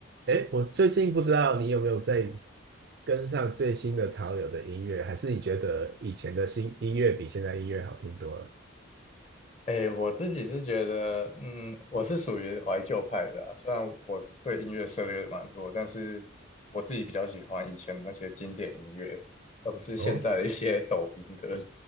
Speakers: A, on the right (about 50°); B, on the left (about 30°).
A: 哎，我最近不知道你有没有在跟上最新的潮流的音乐，还是你觉得以前的新音乐比现在音乐好听多了？
B: 哎，我自己是觉得，嗯，我是属于怀旧派的啊虽然我对音乐涉猎蛮多，但是我自己比较喜欢以前的那些经典音乐，而不是现在的一些抖音歌。
A: 哦，